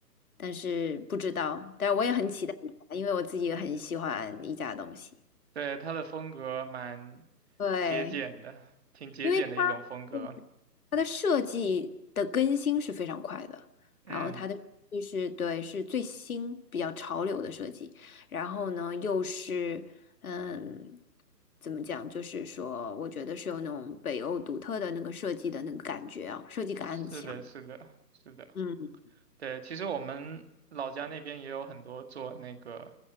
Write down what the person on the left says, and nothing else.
但是不知道，但是我也很期待宜家，因为我自己也很喜欢宜家的东西。
对，
因为它嗯它的设计的更新是非常快的，
然后它的就是对是最新比较潮流的设计，然后呢又是嗯怎么讲，就是说我觉得是有那种北欧独特的那个设计的那个感觉啊，设计感很强。
嗯